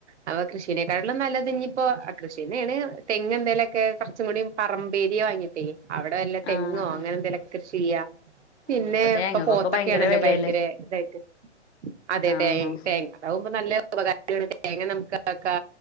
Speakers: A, on the right (about 70°); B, on the left (about 60°).
A: അപ്പൊ കൃഷീനേക്കാട്ടിലും നല്ലത്ഞ്ഞ് ഇപ്പൊ കൃഷിയന്നേണ് തെങ്ങ് എന്തേലൊക്കെ കൊർച്ചും കൂടി പറമ്പേരിയ വാങ്ങിട്ടേ, അവിടെ വല്ല തെങ്ങോ
B: ആഹ്
A: അങ്ങനെ
B: ആഹ്
A: എന്തേലൊക്കെ കൃഷി ചെയ്യാ. പിന്നെ
B: ആഹ് ഇപ്പൊ തേങ്ങക്കൊക്കെ
A: ഇപ്പം പോ തക്കെ
B: ഭയങ്കര
A: ആണല്ലോ
B: വെലയല്ലേ
A: ഭയങ്കര ഇതായിട്ട് അതെ
B: ആഹ്
A: തേയ് തേ. <unintelligible> അതാവുമ്പം നല്ല ഉപകാര <unintelligible> തേങ്ങ നമുക്കാക്കാ.